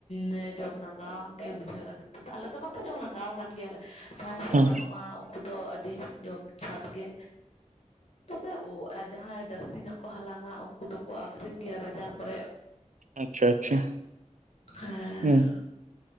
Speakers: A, on the left; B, on the right.
A: ᱱᱮ ᱡᱚᱢ ᱞᱟᱸᱜᱟ ᱜᱮ ᱵᱩᱡᱷᱟᱹᱜᱼᱟ ᱟᱫᱚ ᱱᱤᱛᱚᱜ ᱫᱚ ᱟᱞᱮ ᱫᱚ ᱵᱟᱝ ᱛᱚ ᱡᱚᱢ ᱞᱟᱸᱜᱟᱶ ᱠᱟᱱ ᱜᱮᱭᱟᱞᱮ ᱡᱟᱦᱟᱸᱭ ᱥᱮᱫ
B: ᱦᱩᱸ
A: ᱵᱟᱹᱱᱩᱜᱼᱟ ᱩᱝ ᱠᱩ ᱫᱚ ᱟᱹᱰᱤ ᱡᱚᱢ ᱥᱟᱫ ᱜᱮ ᱫᱚᱢᱮ ᱩᱫᱽ ᱡᱟᱦᱟᱸᱭ ᱡᱟᱹᱥ ᱛᱤ ᱧᱚᱜ ᱠᱚ ᱦᱟᱞᱟᱝᱟ ᱩᱱᱠᱩ ᱫᱚᱠᱚ ᱟᱠᱷᱨᱤᱧ ᱜᱮᱭᱟ ᱵᱟᱡᱟᱨ ᱠᱚᱨᱮᱜ᱾
B: ᱟᱪᱪᱷᱟ ᱟᱪᱪᱷᱟ
A: ᱦᱮᱸ
B: ᱦᱩᱸ